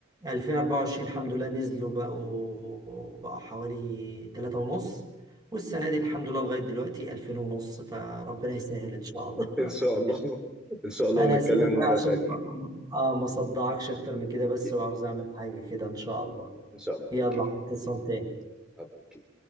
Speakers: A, on the right; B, in the centre.
A: 2024 الحمد لله نزلوا بقوا بقوا حوالي 3 ونص والسنة دي الحمد لله لغاية دلوقتي 2000 ونص فربنا يسهل إن شاء الله
B: <laughs>
A: <laughs>
B: ان شاء الله ان شاء الله
A: أنا
B: ونتكلم
A: هسيبك بقى
B: مره
A: عشان
B: تانية
A: آه ما صدعكش أكتر من كده بس
B: اوكي
A: وعاوز أعمل حاجة كده إن شاء الله
B: ان شاء الله
A: يلا
B: اوكي
A: اتصل تاني
B: حاضر، اوكي